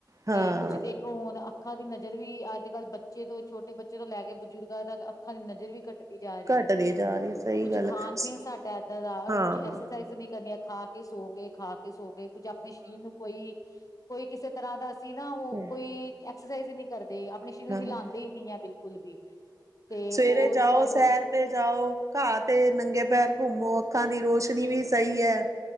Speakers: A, on the right; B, on the left.
A: ਹਾਂ
B: ਤੇ ਕੁਛ ਦੇਖ ਹੁਣ ਅੱਖਾਂ ਦੀ ਨਜ਼ਰ ਵੀ ਅੱਜ ਕੱਲ ਬੱਚੇ ਤੋਂ ਛੋਟੇ ਬੱਚੇ ਤੋਂ ਲੈ ਕੇ ਬਜ਼ੁਰਗਾਂ ਤੱਕ ਅੱਖਾਂ ਦੀ ਨਜ਼ਰ ਵੀ ਘਟੀ ਜਾ ਰਈ
A: ਘੱਟਦੇ
B: ਹੈ
A: ਜਾ ਰਹੇ ਸਹੀ
B: ਕੁਛ
A: ਗੱਲ
B: ਖਾਣ
A: ਹੈ
B: ਪੀਣ ਸਾਡਾ ਇਦਾਂ ਦਾ ਔਰ
A: ਹਾਂ
B: ਕੁਛ ਐਕਸਰਸਾਈਜ਼ ਨੀ ਕਰਨੀਆਂ। ਖਾ ਕੇ ਸੋ ਗਏ ਖਾ ਕੇ ਸੋ ਗਏ ਕੁਝ ਅਪਣੇ ਸਰੀਰ ਨੂੰ ਕੋਈ-ਕੋਈ ਕਿਸੇ ਤਰ੍ਹਾਂ ਦਾ ਨਾ ਓ
A: ਹਮ
B: ਕੋਈ ਐਕਸਰਸਾਈਜ਼ ਹੀ ਨਈ ਕਰਦੇ। ਅਪਣੇ ਸ਼ਰੀਰ ਨੂੰ
A: ਹਾਂ,
B: ਹਿਲਾਂਦੇ ਹੀ ਨਈ ਏ ਬਿਲਕੁਲ ਵੀ ਤੇ
A: ਸਵੇਰੇ
B: ਓ ਉਹਦੇ
A: ਜਾਓ
B: ਕਰ
A: ਸੈਰ ਤੇ ਜਾਓ ਘਾਹ ਤੇ ਨੰਗੇ ਪੈਰ ਘੁੰਮੋ ਅੱਖਾਂ ਦੀ ਰੋਸ਼ਨੀ ਵੀ ਸਈ ਹੈ।